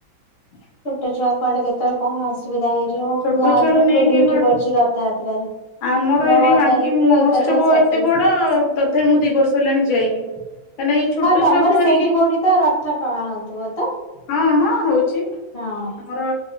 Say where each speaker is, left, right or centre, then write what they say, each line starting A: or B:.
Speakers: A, on the left (about 80°); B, on the left (about 50°).
A: ହ
B: ଛୋଟ ଛୁଆ କୁଆଡେ କେତେବେଳେ କଣ ଅସୁବିଧା ହେଇଯିବ
A: ଛୋଟ
B: ମୋ ହଜବେଣ୍ଡ
A: ଛୁଆକୁ
B: ଙ୍କ
A: ନେଇକି
B: ଡୁୟୁଟି
A: କଣ
B: ପଡିଛି ରଥଯାତ୍ରାରେ।
A: ଆମର
B: ନଅ
A: ଏଇଠି ବାଙ୍କି
B: ତାରିଖରୁ
A: ମହୋତ୍ସବ
B: ଏକାଥରେ ସତେଇଶ।
A: ଏତେ ବଡ ତଥାପି ମୁଁ ଦି ବର୍ଷ ହେଲାଣି ଯାଇନି। କାହିଁକିନା ଏଇ ଛୋଟ
B: ହଁ ତମର
A: ଛୁଆକୁ ଧରିକି
B: ସେଇଠି କୋଉଠି ତ ରଥ ଟଣା ହଉଥିବ ତ?
A: ହଁ ହଁ ହଉଛି।
B: ହଁ।
A: ଆମର